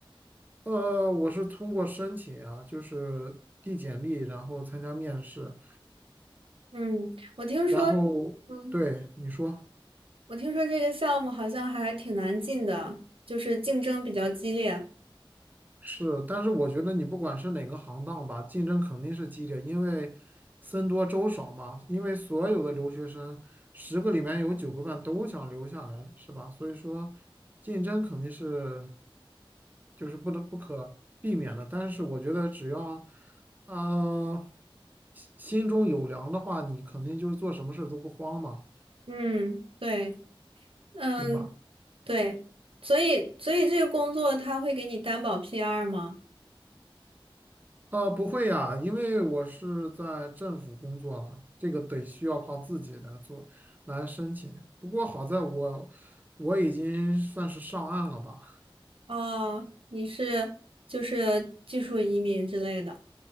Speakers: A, on the right; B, on the right.
A: 呃，我是通过申请啊，就是递简历，然后参加面试。
B: 嗯，我听说，
A: 然后对你说
B: 嗯，我听说这个项目好像还挺难进的，就是竞争比较激烈。
A: 是，但是我觉得你不管是哪个行当吧，竞争肯定是激烈，因为僧多粥少嘛。因为所有的留学生，十个里面有九个半都想留下来，是吧？所以说，竞争肯定是就是不得不可避免的。但是我觉得只要啊、心心中有粮的话，你肯定就是做什么事都不慌嘛，
B: 嗯，对，嗯，
A: 对吧？
B: 对，所以所以这个工作他会给你担保 PR 吗？
A: 呃，不会呀，因为我是在政府工作了，这个得需要靠自己来做，来申请。不过好在我我已经算是上岸了吧？
B: 哦，你是就是技术移民之类的，